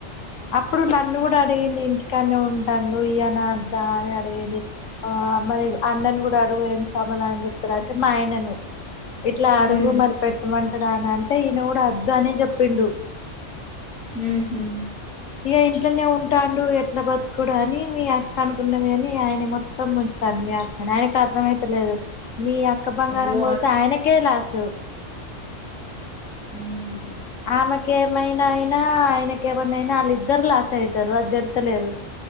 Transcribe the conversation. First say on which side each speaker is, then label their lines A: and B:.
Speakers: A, on the left; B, in the centre.
A: అప్పుడు నన్ను కూడా అడిగింది ఇంటికానే ఉంటం నో ఈయన అని అడిగింది ఆ మరీ అన్నని కూడా ంటడు ఏం సమాన అని చెప్తార అంటే మా ఆయనను ఇట్లా అడుగు
B: ఉమ్
A: మరి పెట్టమంటే అక్కడ అంటే ఈయన కూడా వద్దు అనే చెప్పిండు
B: మ్మ్ హ్మ్
A: ఇక ఇంట్లోనే ఉంటాండు ఎట్లా బతుకు అని మీ అక్క అనుకున్నది కాని ఆయన మొత్తం ముంచుతాడు మీ అక్కని ఆయనకు అర్థ అయితలేదు మీ అక్క బంగారం
B: ఓ
A: పోతే ఆయనకే లాసు
B: మ్మ్ హ్మ్
A: అమే ఇక ఏమైనా అయినా ఆయనక ఏమనాయినా వాళ్ళు ఇద్దరు లాస్ అయితారు ఆది తెలుస్తలేదు